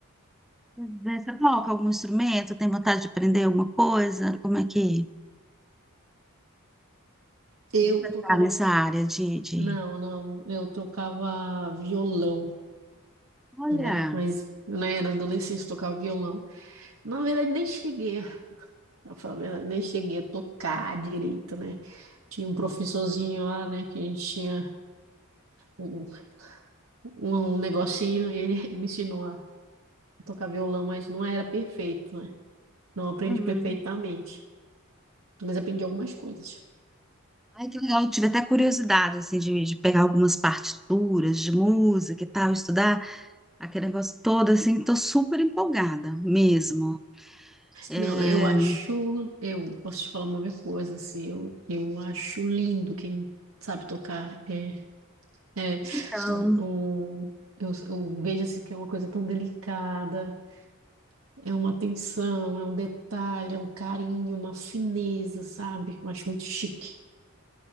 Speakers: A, in the centre; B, on the right (about 70°).
A: Pois é, Você toca algum instrumento? Tem vontade de aprender alguma coisa? Como é que...
B: Eu
A: Nunca
B: tocava.
A: tá nessa área de, de...
B: Não, não, eu tocava violão,
A: Olha,
B: né? Mas né, na adolescência eu tocava violão. Na verdade, nem cheguei, a- <laughs> pra falar a verdade, nem cheguei a tocar direito, né? Tinha um professorzinho lá, né, que a gente tinha um, um, um negocinho, e ele, <laughs> ele me ensinou a tocar violão, mas não era perfeito, né? Não aprendi
A: uhum.
B: perfeitamente, mas aprendi algumas coisas.
A: Ai, que legal. Eu tive até curiosidade, assim, de, de pegar algumas partituras de música e tal, estudar aquele negócio todo, assim, tô super empolgada mesmo. É,
B: Não, eu acho, eu posso te falar uma coisa, assim, eu, eu acho lindo quem sabe tocar. É, é
A: então,
B: um, eu, eu vejo assim que é uma coisa tão delicada, é uma atenção, é um detalhe, é um carinho, uma fineza, sabe? Eu acho muito chique.